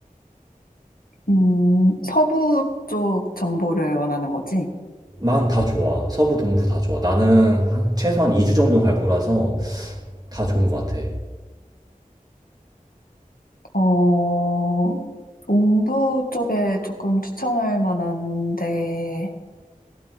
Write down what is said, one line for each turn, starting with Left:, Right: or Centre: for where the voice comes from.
Left: 음, 서부 쪽 정보를 원하는 거지?
Right: 난 다 좋아. 서부, 동부 다 좋아. 나는 한 최소한 2주 정도 갈 거라서 다 좋은 것 같아.
Left: 어, 동부 쪽에 조금 추천할 만한 데를